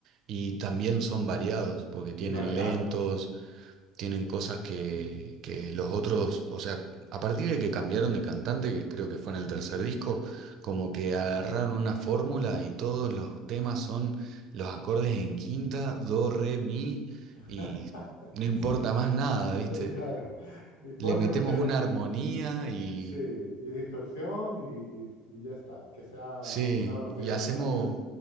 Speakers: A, on the right; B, on the left.
A: y también son variados, porque tienen
B: y variados.
A: lentos, tienen cosas que, que los otros, o sea, a partir de que cambiaron de cantante, que creo que fue en el tercer disco, como que agarraron una fórmula y todos los temas son los acordes en quinta, do, re, mi,
B: <laughs>
A: y no importa
B: Sí,
A: más nada, ¿viste?
B: <laughs> claro. Y ponle
A: Le metemos
B: mucha distorsión.
A: una armonía y
B: Sí, y distorsión y, y- y ya está. y Que sea a
A: sí,
B: una velocidad
A: y hacemos,
B: rápida.